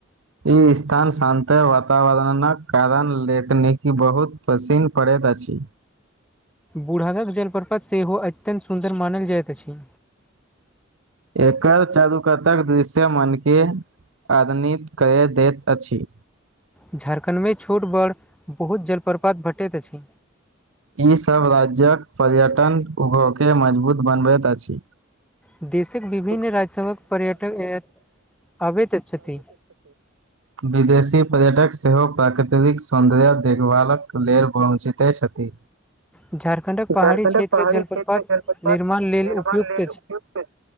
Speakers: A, on the right; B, in the centre.
A: ई स्थान शान्त वातावरणक कारण तकनीकी बहुत पसिन्न पड़ैत अछि
B: बूढ़हदक जलप्रपत सेहो अत्यन्त सुन्दर मानल जाइत अछि
A: एकर चारु कतक दृश्य मन के आधनित कर दैत अछि
B: झारखण्डमे छोट बड़ बहुत जलप्रपात भेटैत अछि
A: ईसभ राज्यक पर्यटन उभेँ मजबूत बनबैत अछि
B: देशक विभिन्न
A: <unintelligible>
B: राज्य सभक पर्यटक अबैत छथि।
A: विदेशी पर्यटक सेहो प्राकृतिक सौन्दर्य देखभालक लेल पञचिते छथि
B: झारखंडक पहाड़ी
A: झारखणडक
B: क्षेत्र
A: पहाड़ी
B: जलप्रपात
A: क्षेत्र जन
B: निर्माण
A: पर
B: लेल
A: निर्माण
B: उपयुक्त
A: ल उपयुक्त अछि।